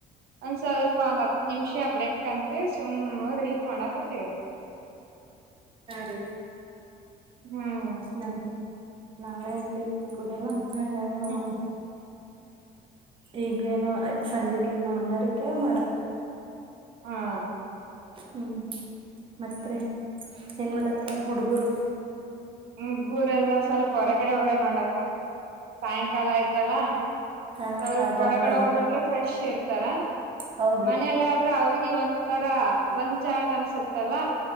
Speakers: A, on the right; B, on the right.
A: ಒಂದ್ ಸ್ವಲ್ಪ ಒಂದ್ ಹತ್ ನಿಮಿಷ ಬ್ರೇಕ್ ಅಂತ ಸುಮ್ಮ ರಿಲೀಫ್ ಮಾಡಾಕತೀವ್ರರಿ
B: ರೆ
A: ಹ್ಮ್
B: ನ ನಾವೇ ಕೂಡಲ್ಲ ಹಂಗಾಗಿ ನಾವು
A: ಹ್ಮ್
B: ಈಗೇನು ಸಂಜೆ ಕ ಇನ್ನ ಮನೆಯವ್ರಕ್ಕೆ ಮಾಡ
A: ಹಾ
B: ಹ್ಮ್ ಮತ್ತೆ ಏನ್ ಮಾಡತ್ತಾರ ಹುಡುಗರು
A: ಹುಡುಗರೆಲ್ಲ ಸ್ವಲ್ಪ ಹೊರಗಡೆ ಹೋಗ್ಯದ ನೋಡಕ್ಕ ಸಾಯಂಕಾಲ ಆಯ್ತಲ್ಲ
B: ಹಾ
A: ಸ್ವಲ್ಪ
B: ಆಟಾಡಕ್
A: ಹೊರಗಡೆ
B: ಹೋಗ್ಯಾರ
A: ಹೋಗ್ ಬಂದ್ರ ಫ್ರೆಶ್ ಇರ್ತಾರ
B: ಹೌದ್ರಿ
A: ಮನೆಯಲ್ಲಿ ಆದ್ರೆ ಅವ್ರಿಗೆ ಒಂತರ ಗೊಂಜಾಟ ಅನ್ಸುತ್ತಲ್ಲ